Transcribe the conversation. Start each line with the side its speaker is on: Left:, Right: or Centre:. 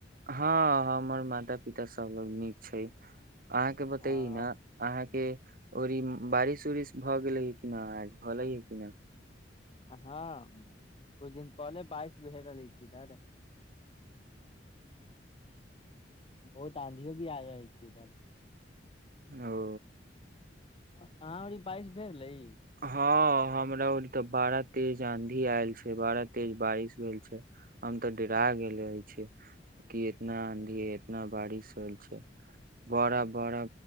Right: हँ हमर माता पिता सब लोग नीक छै अहाँके बतइ
Left: आ
Right: न अहाँके ओर ई बारिश उरिश भऽ गेलैय क न आज भऽय कना
Left: हँ कुछ दिन पहिले बाइश भए रहलै छै इधर बहुत आँधीयो भी आ रहल छै इधर
Right: ओ
Left: अहाँ बारिश भेल रहै
Right: हँ हमरा र त बड़ा तेज आंधी आयल छै बड़ा तेज बारिश भेल छै हम तऽ डेरा गेल रहे छी कि इतना आंधी इतना बारिश होल छै बड़ा बड़ा